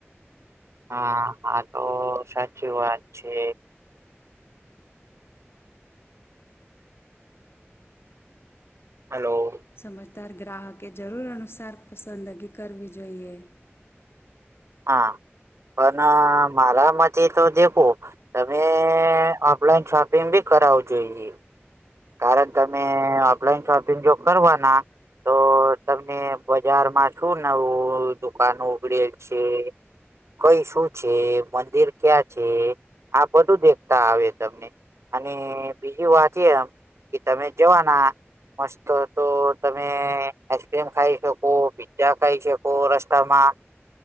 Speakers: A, on the right; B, on the left.
A: હા હા તો સાચી વાત છે હલો
B: સમજદાર ગ્રાહકે જરૂર અનુસાર પસંદગી કરવી જોઈએ
A: હા પણ મારા મ તો દેખું તમે ઓફલાઈન શોપિંગ ભી કરાવું જોઈએ કારણ તમે ઓફલાઈન શોપિંગ જો કરવાના તો તમને બજારમાં શું નવું દુકાાન ઉગડેલ છે કઈ શું છે મંદિર ક્યાં છે આ બધું દેખતા આવે તમને અને બીજી વાત એ કે તમે જવાના મસ્ત તો તમે આઈસ્ક્રીમ ખાઈ શકો જ્યા કઈ છે કો રસ્તામાં